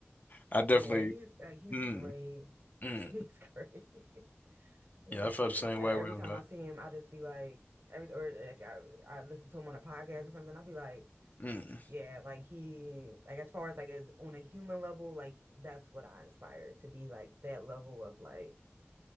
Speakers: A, on the left; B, on the right.
A: I definitely
B: Yeah, he's like he's
A: mm,
B: great.
A: mm.
B: <laughs> He's great. <laughs> He's
A: Yeah, I felt
B: great.
A: the same
B: And
A: way
B: every
A: with him
B: time
A: though.
B: I see him, I just be like every or like I I listen to him on a podcast or something, I'll be like
A: Mm.
B: Yeah, like he, like as far as like as on a human level, like that's what I aspire to be, like that level of like